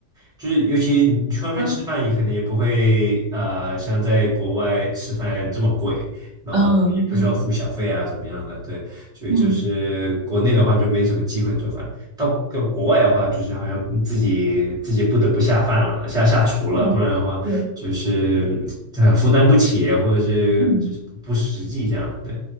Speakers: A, in the centre; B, on the right.
A: 就是尤其你去外面吃饭，
B: 嗯
A: 也可能也不会呃像在国外吃饭这么贵，然后也不需要付小费啊怎么样的，
B: 嗯，对，
A: 对，所以就是国内的话就没什么机会做饭，
B: 嗯
A: 到到国外的话就是好像自己自己不得不下饭了，下下厨了，
B: 嗯对。
A: 不然的话就是呃负担不起，或者是就是不实际这样，
B: 嗯
A: 对。